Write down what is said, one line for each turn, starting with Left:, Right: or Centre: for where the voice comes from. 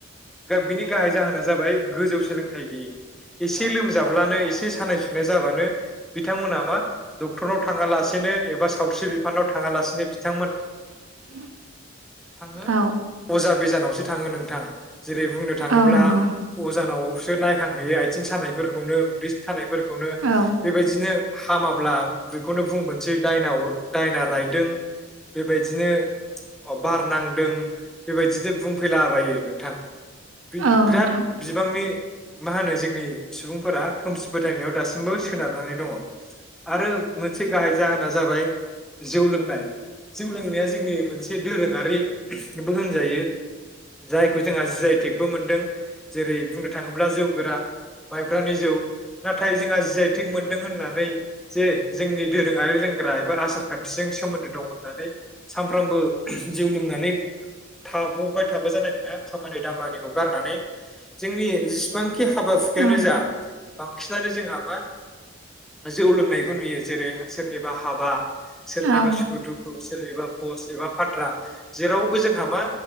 Centre: बिनि गाहाय जाहोना जाबाय गोजौ सोलोंथायाइ गैयै। एसे लोमजाब्लानो एसे सानाय सुनाय जाबानो बिथांमोना मा डक्टराव थाङालासे एबा सावस्रि बिफानाव थांङालासिनो बिथांमोना
Right: <inaudible>
Centre: थांङो
Right: औ
Centre: अजा बिजानावसो थांङो नोंथां। जेरै बुंनो थांङोब्ला
Right: औ नंगौ
Centre: अजानावसो नायखांहैयो आथिं सानायफोरखौनो उदै सानाय फोरखौनो
Right: औ
Centre: बेबायदिनो हामाब्ला बेखौनो बुंबोनोसै दायना अर दायना रायदों बेबायदिनो अ बार नांदों बेबायदिनो बुंफैलाबायो नोंथां। बि-बि-बिराद
Right: औ नोंथां
Centre: बिबांनि मा होनो जोंनि सुबुंफोरा खोमसि फोथायनायाव दासिमबो सोनारनानै दंङ। आरो मोनसे गाहाय जाहोना जाबाय जौ लोंनाय। जौ लोंनाया जोंनि मोनसे दोरोङारि बो होनजायो जायखौ जोंहा जि आइ टेकबो मोनदों जेरै बुंनो थांङोब्ला जौ गोरान माइब्रानि जौ नाथाय जोंहा जि आइ टेक मोनदों होननानै जे जोंनि दोरोङारि लों ग्रा एबा आसार खान्थिजों सोमोन्दो दं होननानै सानफ्रामबो जौ लोंनानै थाबोबाय थाबा जानाय नंङा खामानि दामानिखौ गारनानै। जोंनि जेसेबांखि हाबा हु खायानो
Right: औ
Centre: जा बांसिनानो जोंहा मा? जौ लोंनायखौ नुयो। जेरै सोरनिबा हाबा सोरनिबा
Right: औ
Centre: सुखु दुखु सोरनिबा बस एबा फानग्रा जेरावबो जोंहा मा